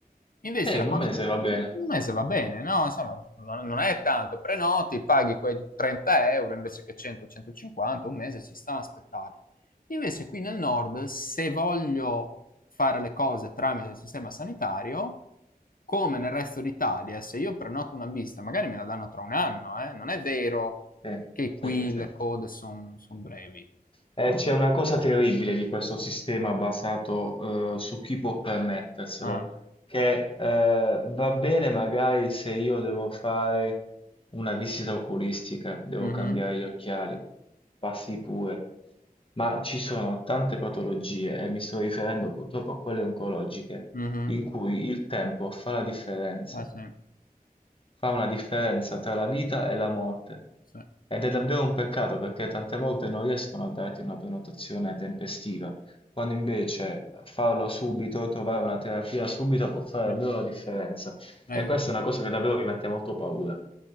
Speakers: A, on the left (about 65°); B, on the left (about 35°).
A: Invece
B: Sì, in
A: da quando...
B: un mese va bene.
A: Un mese va bene, no? Insomma, non, non è tanto, prenoti, paghi quei 30 euro invece che 100-150, un mese ci sta a aspettare. Invece qui nel nord, se voglio fare le cose tramite il sistema sanitario, come nel resto d'Italia, se io prenoto una visita, magari me la danno tra un anno, eh? Non è vero
B: Sì,
A: che qui
B: sì, sì, sì.
A: le code sono brevi.
B: Eh, c'è una cosa terribile di questo sistema basato, eh, su chi può permetterselo,
A: Ah,
B: che, eh, va bene magari se io devo fare una visita oculistica, devo
A: mhm.
B: cambiare gli occhiali, passi pure, ma ci sono tante patologie, e mi sto riferendo purtroppo a quelle oncologiche,
A: Mh-mh.
B: in cui il tempo fa la differenza.
A: Eh sì,
B: Fa una differenza tra la vita e la morte
A: sì,
B: ed è davvero un peccato perché tante volte non riescono a darti una prenotazione tempestiva, quando invece farlo subito, trovare una terapia subito può fare
A: sì.
B: davvero la differenza.
A: Eh,
B: E questa
A: sì.
B: è una cosa che davvero mi mette molto paura.